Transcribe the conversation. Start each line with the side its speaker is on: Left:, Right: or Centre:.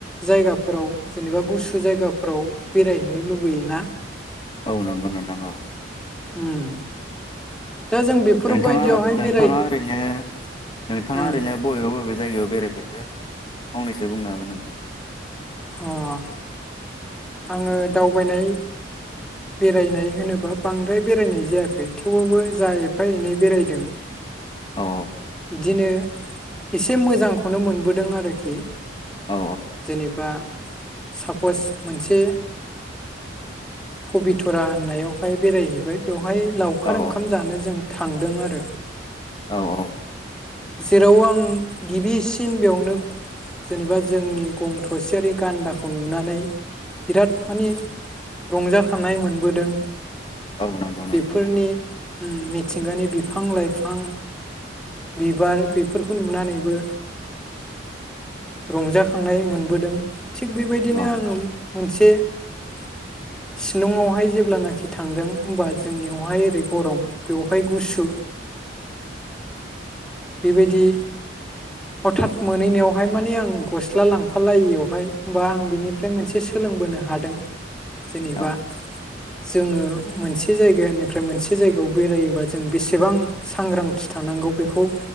Centre: जायगा फोराव जेनेबा गुसु जायगाफोराव बेरायहैनो लुबैयोना।
Left: औ नंगौ नोंथां औ
Centre: उम दा जों बेफोराव
Left: नोंथाङा
Centre: बायदियावहाय
Left: नोंथाङा
Centre: बेराय
Left: ओरैनो नोंथाङा
Centre: ओ
Left: ओरैनो बबे बबे जायगायाव बेरायफेरखो ओरैनो फंनैसो बुंनो हागोन नामा?
Centre: ओं आङो दावबायनाय बेरायनाय होनोबा बांद्राय बेरायनाय जायाखै थेवबाबो जा एफा एनै बेरायदों
Left: औ
Centre: बिदिनो एसे मोजांखौनो मोनबोदों आरोखि
Left: औ
Centre: जेनेबा सापज मोनसे। पबितरा होननायावहाय बेरायहैबाय बेवहाय लावखार
Left: औ
Centre: ओंखाम जानो जों थांदों आरो।
Left: औ औ
Centre: जेराव आं गिबिसिन बेयावनो। जेनेबा जोंनि गं थसेयारि गान्दाखौ नुनानै बिराद माने रंजाखानाय मोनबोदों।
Left: औ नंगौ नोंथां
Centre: फोरनि
Left: नंगौ
Centre: उम मिथिंगानि बिफां लाइफां बिबार बेफोरखौ नुनानैबो। रंजाखांनाय मोनबोदों थिग बेबायदिनो
Left: औ
Centre: आङो मोनसे। <inaudible> शिलंआवहाय जेब्लानाखि थांदों हबा जोंनियावहाय ओरै गरम बेवहाय गुसु बेबायदि हथात मोनहैनायावहाय माने आं गस्ला लांफालायियावहाय होमबा आं बिनिफ्राय मोनसे सोलोंबोनो हादों जेनेबा।
Left: औ
Centre: जोङो मोनसे जायगानिफ्राय मोनसे जायगायाव बेरायोबा जों बेसेबां सांग्रां थि थानांगौ बेखौ